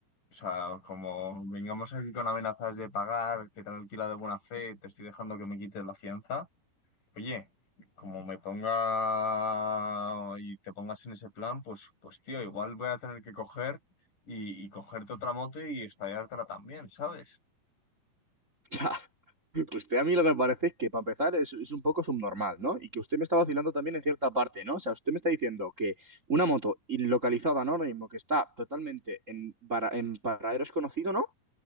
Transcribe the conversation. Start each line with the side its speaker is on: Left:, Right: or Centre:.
Left: O sea, como vengamos aquí con amenazas de pagar, que te han alquilado de buena fe, te estoy dejando que me quites la fianza. Oye, como me ponga y te pongas en ese plan, pues, pues tío, igual voy a tener que coger y, y cogerte otra moto y estallártela también, ¿sabes?
Right: Ya. Usted a mí lo que me parece es que, para empezar, es, es un poco subnormal, ¿no? Y que usted me está vacilando también en cierta parte, ¿no? O sea, usted me está diciendo que una moto localizada, ¿no? Ahora mismo, que está totalmente en, para, en paradero desconocido, ¿no?